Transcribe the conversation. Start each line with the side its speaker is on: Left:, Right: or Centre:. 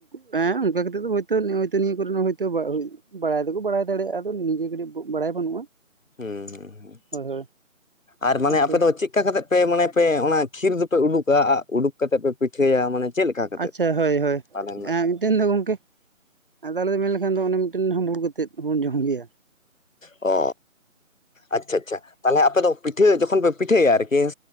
Right: ᱦᱮᱸ ᱚᱱᱠᱟ ᱠᱟᱛᱮ ᱜᱮ ᱦᱳᱭᱛᱳ ᱛᱚᱜᱛᱚ <inaudible> ᱱᱤᱭᱟᱹ ᱠᱚ ᱨᱮᱱᱟᱜ ᱦᱚᱭᱛᱚ ᱵᱟᱲᱟᱭ ᱫᱚᱠᱚ ᱵᱟᱲᱟᱭ ᱫᱟᱲᱮᱭᱟᱜᱼᱟ ᱾ᱱᱤᱡᱮ ᱠᱟᱹᱴᱤᱡ ᱵᱟᱲᱟᱭ ᱵᱟᱹᱱᱩᱜᱼᱟ᱾
Left: ᱦᱩᱸ ᱦᱩᱸ ᱦᱩᱸ
Right: ᱦᱳᱭ ᱦᱳᱭ
Left: ᱟᱨ ᱢᱟᱱᱮ
Right: ᱟᱪᱪᱷᱟ
Left: ᱟᱯᱮ ᱫᱚ ᱪᱮᱫ ᱪᱮᱫ ᱠᱟ ᱠᱟᱛᱮ ᱯᱮ ᱢᱟᱱᱮ ᱯᱮ ᱚᱱᱟ ᱠᱷᱤᱨ ᱫᱚᱯᱮ ᱩᱰᱩᱠᱟ᱾ ᱩᱰᱩᱠ ᱠᱟᱛᱮ ᱮᱫ ᱯᱮ ᱯᱤᱴᱷᱟᱹᱭᱟ, ᱢᱟᱱᱮ ᱪᱮᱫ ᱞᱮᱠᱟ ᱠᱟᱛᱮᱫ
Right: ᱟᱪᱪᱷᱟ, ᱦᱳᱭ ᱦᱳᱭ
Left: ᱛᱟᱦᱚᱞᱮ ᱨᱮᱱᱟᱜ
Right: ᱮᱸᱜ᱾ ᱢᱤᱫᱴᱮᱱ ᱫᱚ ᱜᱚᱝᱠᱮ, ᱟᱫᱚ ᱟᱞᱮ ᱢᱮᱱ ᱞᱮᱠᱷᱟᱱ ᱫᱚ ᱚᱱᱮ ᱢᱤᱫᱴᱮᱱ ᱦᱟᱺᱵᱩᱲ ᱠᱟᱛᱮᱫ ᱵᱚᱱ ᱡᱚᱢ ᱜᱮᱭᱟ᱾
Left: ᱚ ᱟᱪᱪᱷᱟ, ᱟᱪᱪᱷᱟ᱾ ᱛᱟᱦᱚᱞᱮ ᱟᱯᱮ ᱫᱚ ᱯᱤᱴᱷᱟᱹ, ᱡᱚᱠᱷᱚᱱ ᱯᱮ ᱯᱤᱴᱷᱟᱹᱭᱟ ᱟᱨ ᱠᱤ ᱦᱮᱸ